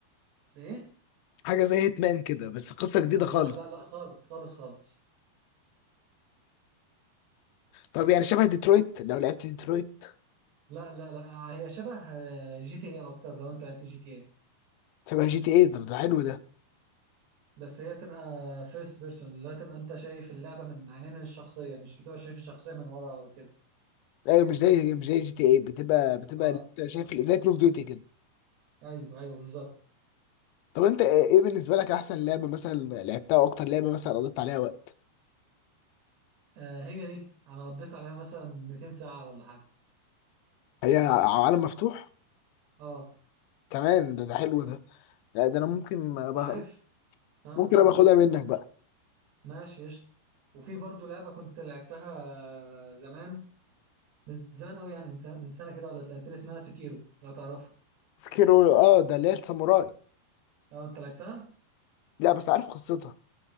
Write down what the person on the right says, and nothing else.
ايه
لا لا لا خالص خالص خالص
لا لا لا هي شبه آه، جي تي اي اكتر لو انت لعبت جي تي اي
بس هي بتبقى فيرست بيرسون اللي هو تبقى انت شايف اللعبة من عينين الشخصية مش بتبقى شايف الشخصية من ورا او كده
اه
ايوه ايوه بالظبط
آه هي دي انا قضيت عليها مثلا 200 ساعة ولا حاجة
اه
وعارف اه
قول
ماشي قشطة وفي برضه لعبة كنت لعبتها زمان مش زمان قوي يعني من سنة من سنة كده ولا سنتين اسمها سكيرو لو تعرفها
لو انت لعبتها